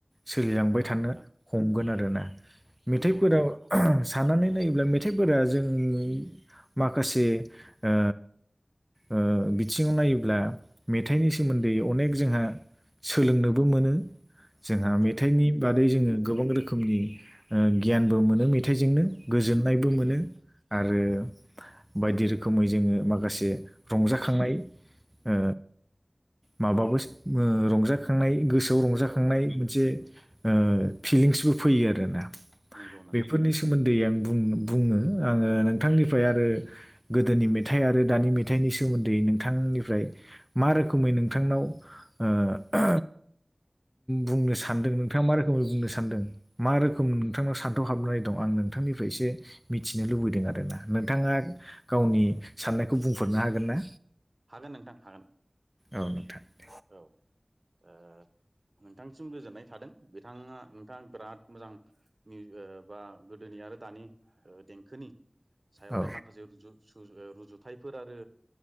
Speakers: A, in the centre; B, on the right (about 50°).
A: सोलिलांबाय
B: औ
A: थानो
B: नोंथां
A: हमगोन आरो ना मेथाइफोराव
B: नंगौ नोंथां
A: ओ
B: नंगौ
A: साननानै नाय मेथाइफोरा जोंनि माखासे ओ ओ बि बिथिङाव नायोब्ला मेथाइनि सोमोन्दै अनेक जोंहा सोलोंनोबो मोनो जोंहा
B: नंगौ
A: मेथाइनि बादै
B: नंगौ नोंथां
A: जोङो गोबां रोखोमनि ओ गियानबो मोनो मे मेथाइजोंनो गोजोननायबो मोनो आरो बायदि रोखोम रोखोमै जोङो माखासे रंजाखांनाय ओ माबाबो ओ रंजाखांनाय गोसोआव रंजाखांनाय
B: औ नोंथां
A: मोनसे ओ फिलिंसबो फैयो आरो ना ।
B: नंगौ नंगौ
A: बेफोरनि
B: नोंथां
A: सोमोन्दै आं बुं बुंनो ‌ आङो नोंथांनिफ्राय आरो गोदोनि मेथाइ आरो दानि मेथाइनि सोमोन्दै नोंथांनिफ्राय मा रोखोमै नोंथांनाव ओ बुंनो सानदों नोंथाङा मा रोखोमै बुंनो सानदों मा रोखोम
B: औ
A: नोंथांनाव सान हाबनानै दं आं नोंथांनिफ्रायसे मिथिनो लुबैदों आरोना नोंथाङा गावनि सा खौ बुंफोरनो हागोन ना?
B: हागोन नोंथां हागोन ।
A: औ नोंथां ।
B: औ ओ नोंथांसिम गोजोननाय थादों बिथांआ नोंथाङा बिराद मोजां निउ बा गोदोनि आरो दानि देंखोनि सायावहाय
A: औ
B: माखासे <inaudible> रूजु रुजुथायाइफोर आरो